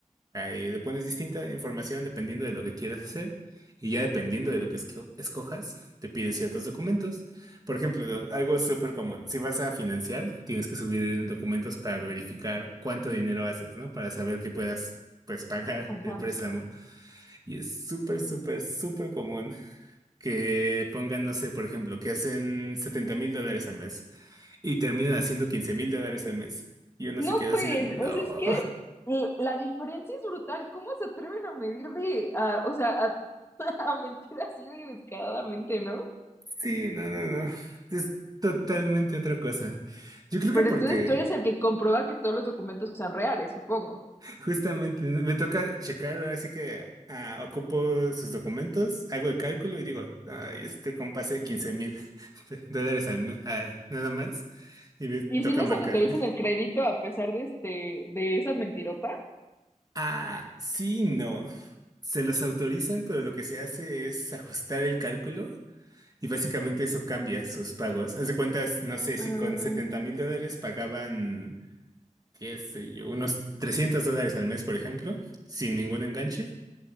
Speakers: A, on the right (about 30°); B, on the left (about 20°).
A: Ahí le pones distinta información dependiendo de lo que quieras hacer y ya dependiendo de lo que esco- escojas, te pide ciertos documentos. Por ejemplo, lo- algo súper común, si vas a financiar, tienes que subir documentos para verificar cuánto dinero haces, ¿no? Para saber que puedas, pues, pagar
B: ajá.
A: el préstamo. Y es súper, súper, súper común que pongan, no sé, por ejemplo, que hacen setenta mil dólares al mes y terminan haciendo quince mil dólares al mes. Y uno
B: No
A: se queda
B: juegues,
A: así de, no.
B: o sea, es que eh, la diferencia es brutal. ¿Cómo se atreven a medir de, a- o sea, a, <laughs> a mentir así de descaradamente, ¿no?
A: Sí, no, no, no. Es totalmente otra cosa. Yo creo
B: Pero
A: que porque
B: entonces tú eres el que comprueba que todos los documentos sean reales, supongo.
A: justamente me toca checar, ahora sí que ah, ocupo sus documentos, hago el cálculo y digo, "Ay, este compa hace quince mil <laughs> dólares al mes, nada más, y me
B: ¿Y
A: toca
B: si les
A: marcarle.
B: autorizan el crédito a pesar de este, de esa mentirota?
A: Ah, sí, no. Se los autorizan, pero lo que se hace es ajustar el cálculo y básicamente eso cambia sus pagos. Haz de cuentas, no sé
B: Ah,
A: si con setenta mil dólares pagaban. qué sé yo, unos 300 dólares al mes, por ejemplo, sin ningún enganche,